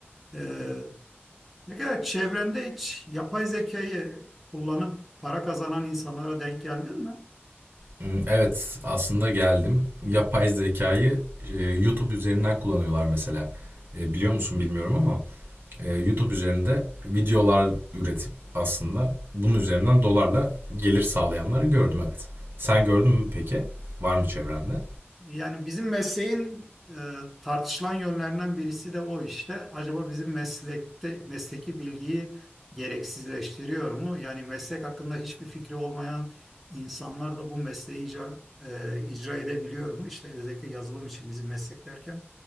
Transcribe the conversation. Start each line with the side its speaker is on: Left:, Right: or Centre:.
Centre: Ee, ne kadar çevrende hiç yapay zekayı kullanıp para kazanan insanlara denk geldin mi?
Right: Hmm, Evet, aslında geldim. Yapay zekayı e, YouTube üzerinden kullanıyorlar mesela. E, biliyor musun bilmiyorum ama e, YouTube üzerinde videolar üretip aslında bunun üzerinden dolarla gelir sağlayanları gördüm evet. Sen gördün mü peki? Var mı çevrende?
Centre: Yani bizim mesleğin e, tartışılan yönlerinden birisi de o işte. Acaba bizim meslekte mesleki bilgiyi gereksizleştiriyor mu? Yani meslek hakkında hiçbir fikri olmayan insanlar da bu mesleği icra, e, icra edebiliyor mu? İşte özellikle yazılım için bizim meslek derken